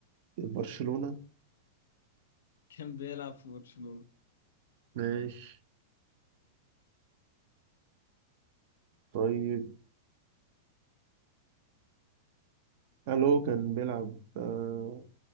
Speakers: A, on the right; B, on the left.
A: برشلونة
B: كان بيلعب في برشلونة
A: ماشي طيب هل هو كان بيلعب آه،